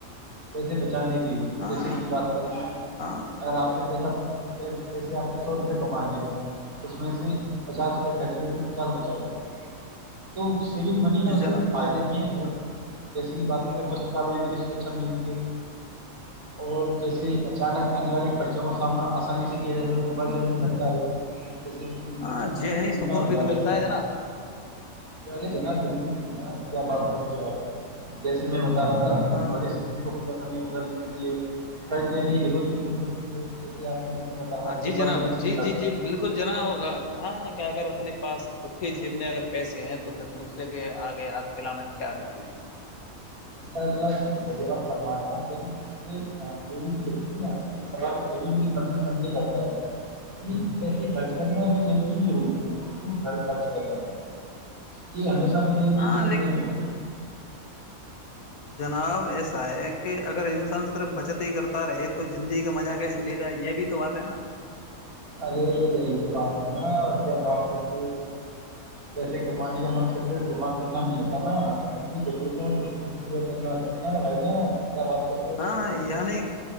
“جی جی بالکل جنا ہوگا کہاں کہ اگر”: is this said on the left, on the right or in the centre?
Left